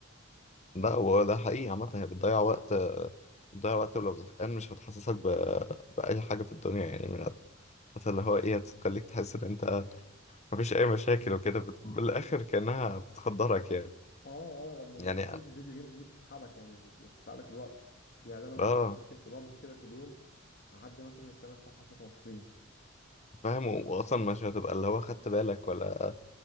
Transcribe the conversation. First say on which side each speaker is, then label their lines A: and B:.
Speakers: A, on the left; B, on the left.
A: لا هو ده حقيقي عامة هي بتضيع وقت بتضيع وقت ولو زهقان مش هتحسسك ب... بأي حاجة في الدنيا يعني من هت... هت- اللي هو إيه هتخليك تحس إن أنت مفيش أي مشاكل وكده بت... بالآخر كأنها بتخدرك يعني
B: اه اه لما
A: يعني
B: بطولة الفيديو جيمز دي بتسحبك يعني وبتحرق لك الوقت يعني انا مثلا
A: آه
B: ممكن في بابجي كده في اليوم اعدي مثلا الثمان تسع ساعات متواصلين
A: فاهم و- وأصلا مش هتبقى اللي هو خدت بالك ولا